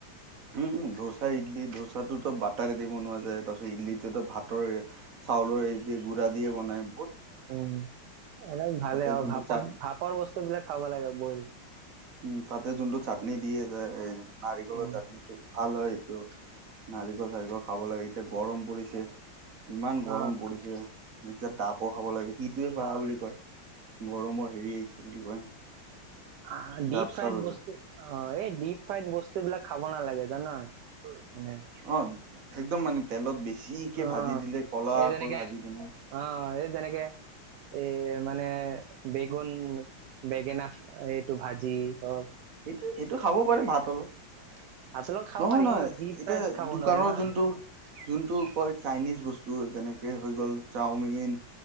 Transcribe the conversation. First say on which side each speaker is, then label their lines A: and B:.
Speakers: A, on the right; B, on the right.
A: উম, উম ধোচা, ইডলি ধোচাটোতো বাট টাৰি দি বনোৱা যায় তাৰ পিছত ইডলিটো ভাতৰ চাউলৰ এই গুড়া দিয়ে বনায়
B: উম, এই ভালেই
A: তাতে
B: আৰু
A: যোনটো
B: ভাপত
A: চাট
B: ভাপৰ বস্তু বিলাক খাব লাগে বয়ল।
A: উম, তাতে যোনটো চাটনি দি আছে নাৰিকলৰ
B: হয়।
A: চাটনিটো ভাল হয়। তটো নাৰিকল চাৰিকল খাব লাগে এতিয়া গৰম পৰিছে। ইমান গৰম
B: অ'
A: পৰিছে। এতিয়া, তাপ পঢ়াব লাগে। সিটোৱে পঢ়া
B: অ'।
A: বুলি কয় গৰমৰ হেৰি আহিছে বুলি কয়।
B: অ' ডীপ
A: ডাব
B: ফ্ৰাইড
A: চাব এইবিলাক
B: বস্তু। অ' এই ড্ৰিপ ফাইড বস্তু বিলাক খাব নালাগে জানা। মানে
A: অ' একদম মানে তেলত বেছিকে
B: অ
A: ভাজি দিলে কলাকৈ
B: এই যেনেকে
A: ভাজি কিনে।
B: অ' এই যেনেকে এই মানে। বেগন বেঙেনা এইটো ভাজি হওঁক।
A: এইটো এইটো খাব পাৰে ভাত লগত।
B: আপোনালোক খাব
A: নহয়,
B: পাৰি
A: নহয়,
B: কিন্তু ডিপ
A: এতিয়া
B: ফ্ৰাইড খাব
A: দোকানৰ
B: নোৱাৰি না
A: যোনটো যোনতটো কয় চাইনিজ বস্তু যেনেকে হৈ গ'ল চাওমিন। যেন